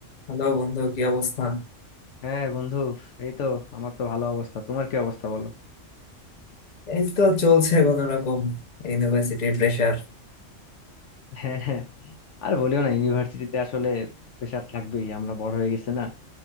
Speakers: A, on the left; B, on the left.
A: Hello বন্ধু কি অবস্থা
B: হ্যাঁ বন্ধু এই তো আমার তো ভালো অবস্থা তোমার কি অবস্থা বলো
A: এই তো চলছে কোন রকম ইউনিভার্সিটির প্রেশার
B: হ্যাঁ হ্যাঁ আর বলিও না ইউনিভার্সিটিতে আসলে প্রেশার থাকবেই আমরা বড় হয়ে গেছে না